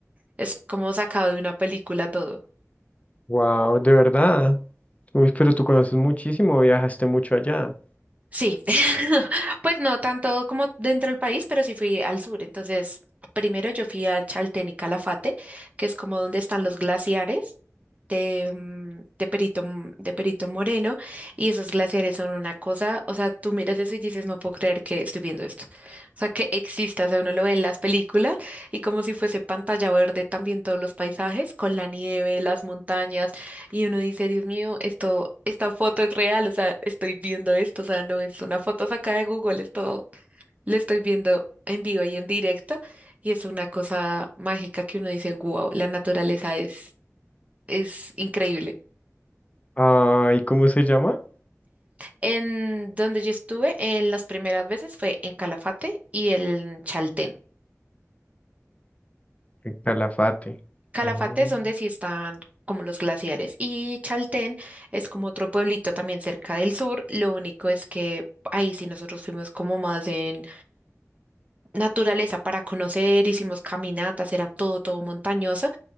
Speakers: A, on the right (about 25°); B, on the left (about 25°).
A: es como sacado de una película todo.
B: Wow, de verdad. Uy, pero tú conoces muchísimo, viajaste mucho allá.
A: Sí, <laughs> pues no tanto como dentro del país, pero sí fui al sur. Entonces, primero yo fui a Chaltén y Calafate, que es como donde están los glaciares de, mm, de Perito, M- de Perito Moreno y esos glaciares son una cosa, o sea, tú miras eso y dices, no puedo creer que estoy viendo esto. O sea, que exista, o sea, uno lo ve en las películas y como si fuese pantalla verde también todos los paisajes con la nieve, las montañas y uno dice, Dios mío, esto, esta foto es real, o sea, estoy viendo esto, o sea, no es una foto sacada de Google, esto lo estoy viendo en vivo y en directo. Y es una cosa mágica que uno dice, wow, la naturaleza es, es increíble.
B: Ay, ¿cómo se llama?
A: En donde yo estuve en las primeras veces fue en Calafate y en Chaltén.
B: En Calafate.
A: Calafate
B: Ah,
A: es donde sí están como los glaciares y Chaltén es como otro pueblito también cerca del sur. Lo único es que ahí sí nosotros fuimos como más en naturaleza para conocer, hicimos caminatas, era todo, todo montañoso